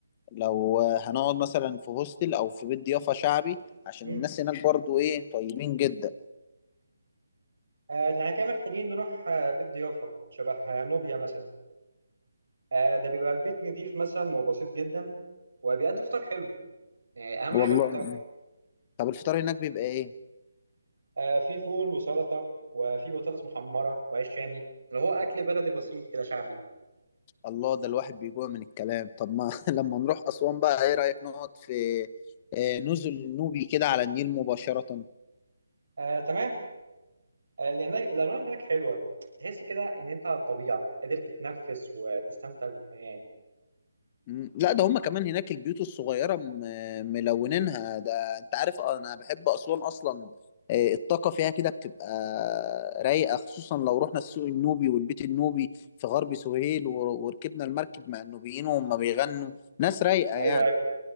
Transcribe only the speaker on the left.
لو آه، هنقعد مثلا في هوستل او في بيت ضيافة شعبي عشان
الناس هناك برضو ايه طيبين جدا
والله
طب الفطار هناك بيبقى ايه
الله ده الواحد بيجوع من الكلام طب ما <laughs> لما نروح أسوان بقى ايه رأيك نقعد في آه، نزل النوبي كده على النيل مباشرة
مم، لا ده هما كمان هناك البيوت الصغيرة م- ملونينها ده انت عارف آه، انا بحب أسوان اصلا آه، الطاقة فيها كده بتبقى رايقة خصوصا لو رحنا السوق النوبي والبيت النوبي في غرب سهيل ور- وركبنا المركب مع النوبيين وهم بيغنوا ناس رايقة يعني